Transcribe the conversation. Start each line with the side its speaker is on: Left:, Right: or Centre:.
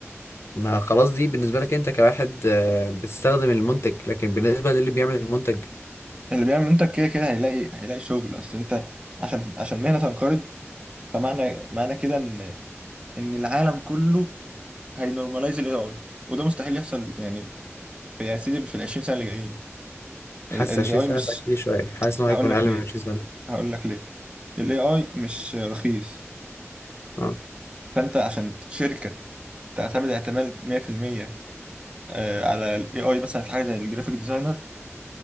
Left: ما خلاص دي بالنسبه لك انت كواحد آه، بتستخدم المنتج لكن بالنسبه للي بيعمل المنتج
Right: اللي بيعمل منتج كده كده هيلاقي هيلاقي شغل أصل أنت عشان عشان مهنة تنقرض فمعنى معنى كده إن إن العالم كله هينورماليز ال AI وده مستحيل يحصل يعني في يا سيدي في ال 20 سنة اللي جايين
Left: حاسس
Right: ال ال
Left: 20
Right: AI
Left: سنه
Right: مش
Left: ده كتير شويه حاسس ان هو
Right: هقول
Left: هيكون
Right: لك
Left: اقل
Right: ليه
Left: من 20 سنه
Right: هقول لك ليه ال AI مش رخيص
Left: اه
Right: فانت عشان شركه تعتمد اعتماد 100% آه، على الاي اي مثلا في حاجه زي الجرافيك ديزاينر